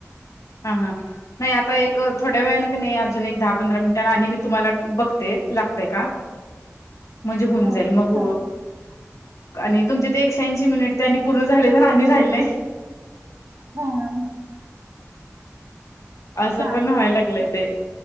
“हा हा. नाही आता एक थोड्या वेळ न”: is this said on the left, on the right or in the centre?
Left